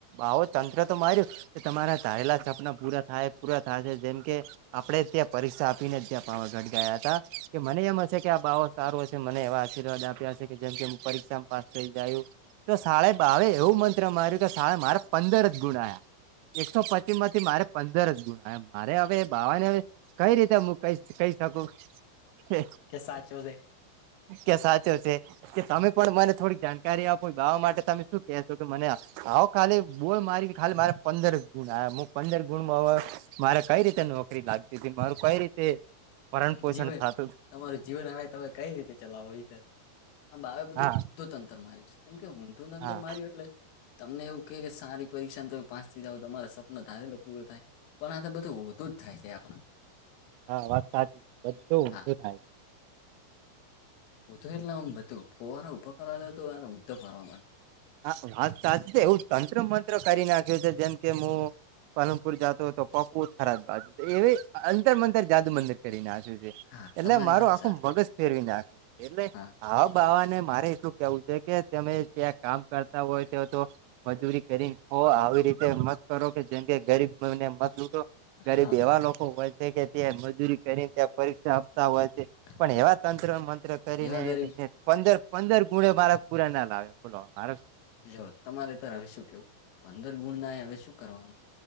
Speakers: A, on the right; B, on the left.
A: આવો તંત્ર તો માર્યું કે તમારા ધારેલા સપના પૂરા થાય પૂરા થશે જેમ કે આપડે ત્યાં પરીક્ષા આપીને ત્યાં પાવાગઢ ગયા તા કે મને એમ હશે કે આ બાવ સારું હ છે મને એવા આશીર્વાદ આપ્યા છે કે જેમ કે હું પરીક્ષામાં પાસ થઈ જયું તો સાડે બાવે એવું મંત્ર માર્યું કે સારે મારે પંદર જ ગુણ્યા એકસો પચીસ માંથી મારે પંદર જ ગુણ્યા મારે હવે બાવાને કઈ રીતે હું ક કહી શકું કે
B: સાચો છે
A: કે સાચવજે છે સામે પણ મને થોડીક જાણકારી આપો બાવા માટે તમે શું કેહે છો કે મને હા ખાલી બોલ મારી ખાલી મારે પંદર ગુણ પંદર ગુણમાં હ મારે કઈ રીતે નોકરી લાગતી તી મારું કઈ રીતે ભરણ પોષણ
B: જીવન
A: થતું
B: તમારું જીવન હ તમે કઈ રીતે ચલાવો આ બાવા બધું
A: હા
B: ઊંધું તંતર માર્યું છે કેમ કે ઊંધું તંતર
A: હા
B: માર્યું એટલે તમને એવું કે કે સારી પરીક્ષાને તમે પાસ થ‌ઇ જાવ તમારે સપના ધારેલો પૂરો થાય પણ આ તો બધું ઊંધું થાય છે આપણા
A: હા વાત સાચી છે બધું ઊંંધું
B: હા
A: થાય છે.
B: હું તો એટલા આમ બધું ફુવારા ઉપર કરવા જતો હારા ઊંધું ફરવા માંડ્યું.
A: હા વાત સાચી છે એવું તંત્ર મંત્ર કરી નાખ્યું છે જેમ કે હું પાલનપુર જાતો હતો પકુલ થરાદ બાજુ એવી અંતર મંતર જાદુ મંતર કરી નાખિયુ છે.
B: હા
A: એટલે
B: તમારી
A: મારું
B: વાત
A: આખું
B: સાચી
A: મગજ ફેરવી નાખ્યું એટલે
B: હા
A: આ બાવાને મારે એટલું કેવું છે કે તમે જે કામ કરતા હોય તો તો. મજૂરી કરીને હો આવી રીતે મત કરો કે જેમ કે ગરીબને મત લુટો. ગરીબ
B: હા
A: એવા લોકો હોય છે કે ત્યાં મજૂરી કરી. ત પરીક્ષા આપતા હોય છે પણ
B: હા
A: એવા તંત્ર મંત્ર કરીને
B: એવા ગરીબ
A: પંદર. પંદર ગુણે મારા પૂરા ના લાવે બોલો મારા.
B: જો તમારે તો હવે શું કેવું પંદર ગુણ ના હવે શું કરવાનું.